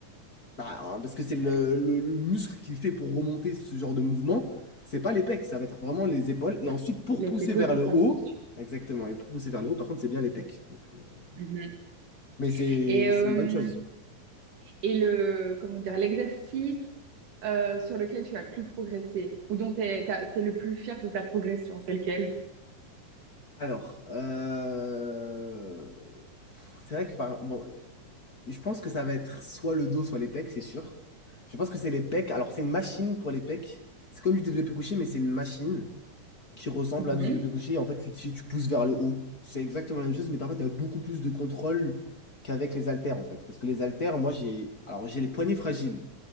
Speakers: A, on the left (about 30°); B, on the right (about 75°).
A: Bah, hein, parce que c'est le,
B: Ouais.
A: le- le muscle qui fait pour remonter ce genre de mouvement. C'est pas les pecs, ça va être vraiment les épaules. Et ensuite, pour
B: Les
A: pousser
B: épaules
A: vers
B: qui
A: le
B: prennent
A: haut,
B: le dessus.
A: exactement, et pour pousser vers le haut, par contre, c'est bien les pecs. Donc, euh,
B: Mhm.
A: mais c'est
B: Et, euh,
A: c'est une bonne chose.
B: et le, comment dire, l'exercice euh, sur lequel tu as le plus progressé ou dont tu es, le plus fier de ta progression, c'est lequel?
A: Alors, euh, c'est vrai que par, bon, je pense que ça va être soit le dos, soit les pecs, c'est sûr. Je pense que c'est les pecs. Alors, c'est une machine pour les pecs. C'est comme du développé couché, mais c'est une machine qui ressemble
B: Mhm.
A: à du développé couché. Et En fait, tu, tu, tu pousses vers le haut. C'est exactement la même chose, mais en fait, tu as beaucoup plus de contrôle qu'avec les haltères, en fait. Parce que les haltères, moi, j'ai alors j'ai les poignets fragiles.